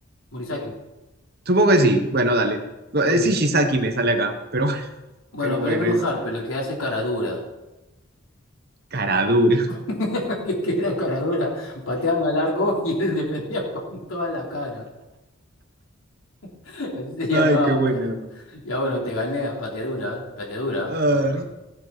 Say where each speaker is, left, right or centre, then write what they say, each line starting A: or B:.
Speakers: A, on the left; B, on the right.
A: Morisaki.
B: Supongo que sí. Bueno, dale. No, Es
A: Sí.
B: Ishizaki, me sale acá. Pero, <laughs>
A: Bueno,
B: pero
A: pero
B: bueno,
A: es Bruce
B: es
A: Harper, el que hace cara dura.
B: cara dura.
A: <laughs> Que que era cara dura. Pateaban al arco <laughs> y él defendía con toda la cara. Así se llamaba
B: Ay, qué bueno.
A: cara. Ya, bueno, te gané a pateadura, ¿eh? pateadura.
B: Ay,
A: ¿eh? Te gané.